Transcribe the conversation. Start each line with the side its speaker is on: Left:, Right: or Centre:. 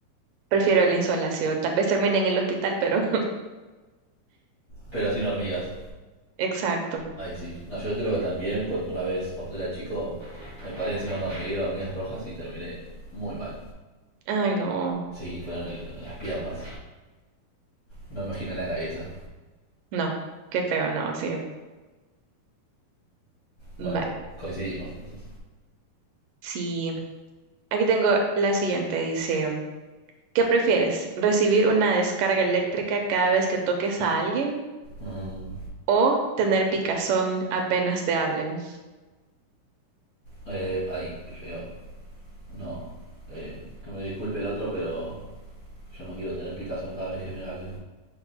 Right: Prefiero la insolación. Tal vez termine en el hospital, pero <laughs>
Left: Pero sin hormigas.
Right: exacto.
Left: Ay, sí. No, yo creo que también, porque una vez cuando era chico me paré encima de un hormiguero, de hormigas rojas y terminé muy mal.
Right: Ay no,
Left: Sí, fueron el- las piernas. No me imagino en la cabeza.
Right: no, qué feo, no, sí. Vale,
Left: Bueno, co- coincidimos entonces.
Right: sí. Aquí tengo la siguiente, dice, ¿qué prefieres? ¿Recibir una descarga eléctrica cada vez que toques a alguien
Left: Mm,
Right: o tener picazón apenas te hablen?
Left: eh, ay, qué feo. No, eh, que me disculpe el otro, pero yo no quiero tener picazón cada vez que me hablen.